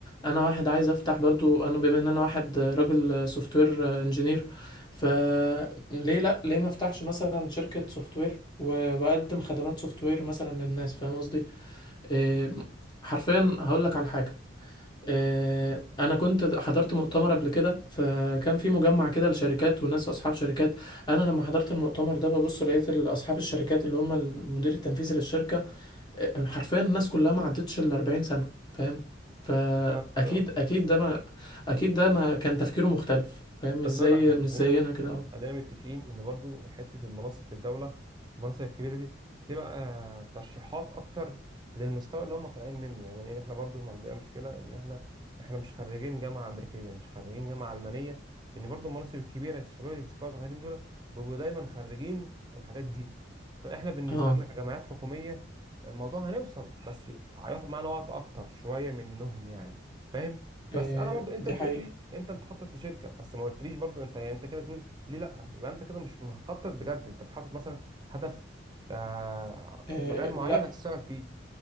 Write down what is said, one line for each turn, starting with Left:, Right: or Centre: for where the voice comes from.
Left: انا واحد عايز افتح برضو انا بما ان انا واحد آه، راجل سوفت وير انجينير فليه لا ليه ما افتحش مثلا شركه سوفت وير واقدم خدمات سوفت وير مثلا للناس فاهم قصدي إيه، حرفيا هقول لك على حاجه آه، انا كنت حضرت مؤتمر قبل كده فكان في مجمع كده لشركات وناس اصحاب شركات انا لما حضرت المؤتمر ده ببص لقيت ال- اصحاب الشركات اللي هم المدير التنفيذي للشركه آه، حرفيا الناس كلها ما عدتش ال 40 سنه فاهم فاكيد
Right: فهمتك اه
Left: اكيد ده ما اكيد ده ما كان تفكيره مختلف فاهم مش
Right: بس
Left: زي
Right: اقول لك حاجه
Left: مش
Right: خلينا
Left: زينا
Right: مت...
Left: كده
Right: خلينا متفقين ان برضو حته المناصب في الدوله المناصب الكبيره دي بتبقى آه، ترشيحات اكتر للمستوى اللي هم طالعين منه يعني إيه، احنا برضو ما عندنا مشكله ان احنا احنا مش خريجين جامعه امريكيه مش خريجين جامعه المانيه لان برضو المناصب الكبيره الشباب اللي بيمسكوها صغيرين دول بيبقوا دايما خريجين الحاجات دي فاحنا بالنسبه
Left: اه
Right: لنا كجامعات حكوميه الموضوع هنوصل بس هياخد معانا وقت اكتر شويه منهم يعني فاهم بس
Left: آه،
Right: انا برضو انت
Left: دي
Right: بتقول
Left: حقيقه
Right: لي انت بتخطط لشركه بس ما قلتليش برضو انت يعني انت كده بتقول ليه لا يبقى انت كده مش مخطط بجد انت مش حاطط مثلا هدف آه،
Left: آه،
Right: مجال معين
Left: لا
Right: هتشتغل فيه